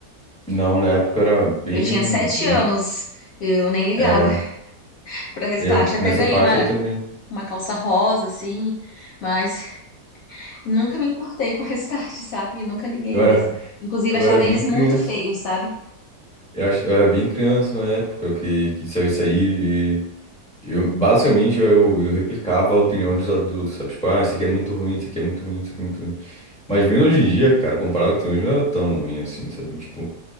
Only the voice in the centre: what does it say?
Não, na época eu era bem,
bem...
É,
eu
nessa
faixa
aí também.
Eu
era,
eu
era bem
criança.
Eu, acho, eu era bem criança na época que, que saiu isso aí e eu, basicamente eu, eu replicava a opinião dos adultos, sabe? Tipo, ah, isso aqui é muito ruim, isso aqui é muito ruim, isso aqui é muito ruim. Mas vendo hoje em dia, cara, comparado com o que tem hoje, não era tão ruim assim, sabe? Tipo,